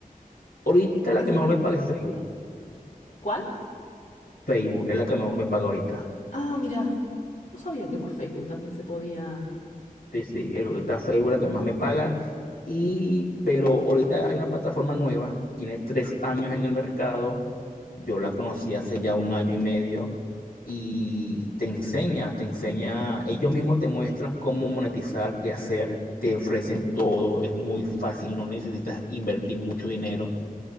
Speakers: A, on the left; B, on the left.
A: Ahorita la
B: te
A: que mejor
B: funciona?
A: me paga es Facebook.
B: ¿Cuál?
A: Facebook es la que mejor me paga ahorita.
B: Ah, mira, no sabía que por Facebook también se podía.
A: Sí, sí, el- ahorita Facebook es la que más me paga. Y, pero ahorita hay una plataforma nueva, tiene tres años en el mercado. Yo la conocí hace ya un año y medio y te enseña, te enseña, ellos mismos te muestran cómo monetizar, qué hacer, te ofrecen todo, es muy fácil, no necesitas invertir mucho dinero